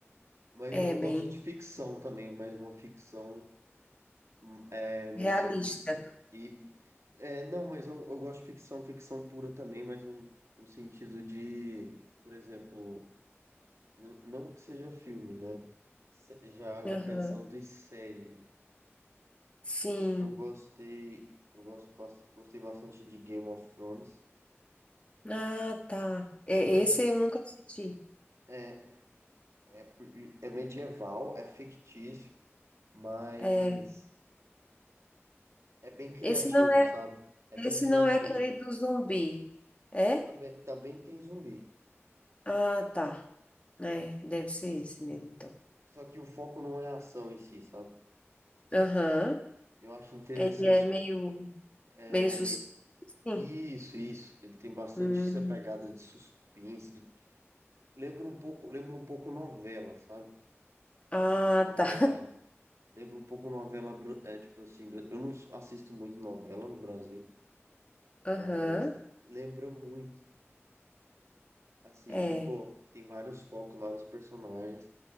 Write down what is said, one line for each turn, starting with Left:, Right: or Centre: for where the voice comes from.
Right: Mas
Left: É
Right: eu eu
Left: bem
Right: gosto de ficção também, mas uma ficção. Hum, É, no
Left: Realista.
Right: sentido. E, é, não, mas eu, eu gosto de ficção, ficção pura também, mas num, num sentido de, por exemplo, não, não que seja filme, né? Se- Já,
Left: Aham.
Right: já pensando em série.
Left: Sim.
Right: Eu, eu gostei, eu gosto, bas- gostei bastante de Game of Thrones,
Left: Ah, tá. É,
Right: mas
Left: esse
Right: é,
Left: eu nunca assisti.
Right: é, é por- é medieval, é fictício, mas
Left: É.
Right: é bem criativo,
Left: Esse não é,
Right: sabe? É
Left: esse
Right: bem criativo.
Left: não é aquele do zumbi. É?
Right: Também, também tem zumbi.
Left: Ah, tá. É, deve ser esse mesmo, então.
Right: Só que o foco não é a ação em si, sabe?
Left: Aham.
Right: Eu acho interessante.
Left: Ele é meio,
Right: É,
Left: meio suspeito,
Right: é-
Left: sim.
Right: isso, isso. Ele tem bastante
Left: Hum.
Right: essa pegada de suspense. Lembra um pouco, lembra um pouco novela, sabe?
Left: Ah,
Right: Novela,
Left: tá.
Right: lembra um pouco novela, bra- é tipo assim, bra- eu não s- assisto muito novela no Brasil,
Left: <laughs>
Right: mas
Left: Aham.
Right: lembra muito. Assim,
Left: É.
Right: pô, tem vários focos, vários personagens